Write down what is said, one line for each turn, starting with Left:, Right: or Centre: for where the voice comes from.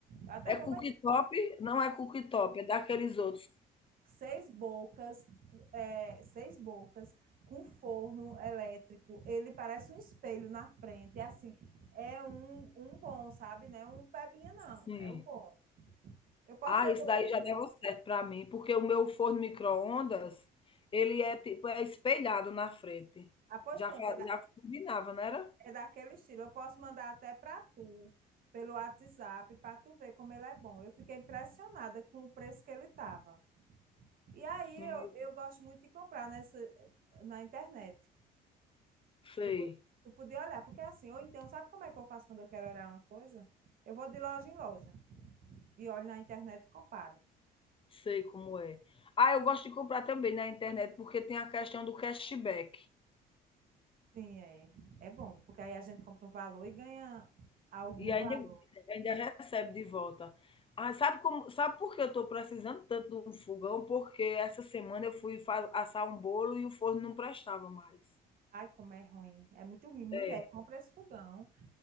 Right: Eu até
Left: É
Right: comentei,
Left: cooktop? Não é cooktop, é daqueles outros.
Right: seis bocas, é, seis bocas, com forno elétrico. Ele parece um espelho na frente. É assim, é um, um bom, sabe? Não é um pebinha, não.
Left: Sim.
Right: É um bom. Eu posso
Left: Ah,
Right: depois
Left: isso daí já dava certo para mim, porque o meu forno micro-ondas, ele é tipo é espelhado na frente.
Right: Ah, pois
Left: Já
Right: pronto,
Left: fa
Right: é, da-
Left: já combinava, não era?
Right: é daquele estilo. Eu posso mandar até para tu, pelo WhatsApp, para tu ver como ele é bom. Eu fiquei impressionada com o preço que ele estava. E aí
Left: Sim,
Right: eu, eu gosto muito de comprar nessa, na internet.
Left: sei,
Right: Tu, po- tu podia olhar, porque assim, ou então, sabe como é que eu faço quando eu quero olhar uma coisa? Eu vou de loja em loja e olho na internet e comparo.
Left: sei como é. Ah, eu gosto de comprar também na internet, porque tem a questão do cashback
Right: Sim, é, é bom, porque aí a gente compra um valor e ganha algum
Left: e ainda
Right: valor.
Left: ainda recebe de volta. Ah, sabe como sabe por que eu estou precisando tanto de um fogão? Porque essa semana eu fui fa assar um bolo e o forno não prestava mais.
Right: Ai, como é ruim. É muito ruim. Mulher,
Left: É,
Right: compra esse fogão.